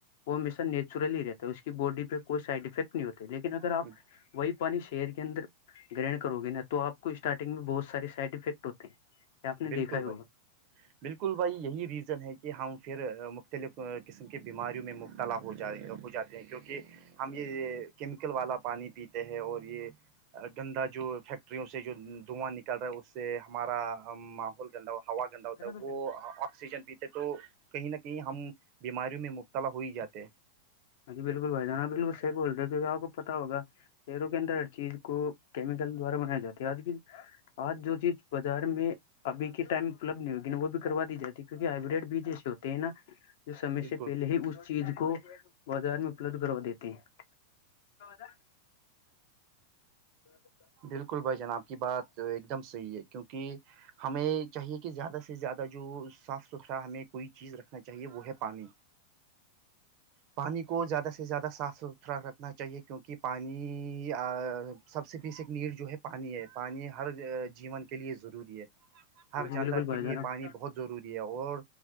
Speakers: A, on the left; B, on the right.
A: وہ ہمیشہ نیچرلی رہتا ہے اس کی باڈی پہ کوئی سائڈ افیکٹ نہیں ہوتا لیکن اگر
B: ہے
A: آپ وئی پانی شیر کےدر گرہن کرو گے نا تو آپ کو اسٹارٹنگ میں بہت سارے سائڈ افیکٹ ہوتے ہیں یہ آپ نے
B: بالکل
A: دیکھا ہی
B: بھائی بالکل بھائی یہی ریزن ہے کہ ہم پھر مختلف قسم کے بیماریوں میں مبتلا ہو جا ہو جاتے کیونکہ ہم یہ کیمیکل والا پانی پیتے ہیں اور یہ گندہ جو فیکٹریوں سے جو دھواں نکل رہا ہے اس سے ہمارا ماحول گندا ہو ہوا گندا
A: ہوگا
B: ہوتا ہے وہ آکسیجن پیتے تو کہیں نہ کہیں ہم بیماریوں میں مبتلا ہو ہی جاتے
A: جی بالکل بھائی جان آ بالکل صح بول رہے ہو کیونکہ آپ کو پتا ہوا شہروں کے اندر ہر چیز کو کیمیکل دوارا بنایا جاتی ہے آج کی آج جو چیز بازار میں اب کے ٹائم اپلبد نہیں ہوگی وہ بھی کروا دی جاتی ہے کیکہ ہبریڈ بیج ہے ش نا جو سمے
B: بالکل
A: سے پہلے ہی اس چیز کو بازار میں اپلبد کروا دیتے ہیں ہوودا ج <unintelligible>
B: بالکل بھائی جان آپ کی بات ایک دم صحیح ہے کیونکہ ہمیں چاہیے کہ زیادہ سے زیادہ جو صاف ستھرا ہمیں کوئی چیز رکھنا چاہیے وہ ہے پانی پانی کو زیادہ سے زیادہ صاف ستھرا رکھ نا چاہیے کیونکہ پانی سب سے بیسک نیڈ جو ہے پانی ہے پانی ہر جیون کے لیے ضروری ہے ہر
A: ہاں جی
B: جاندار
A: بالکل
B: کے
A: بھائی
B: لیے
A: جان آپ
B: پانی بہت ضروری اور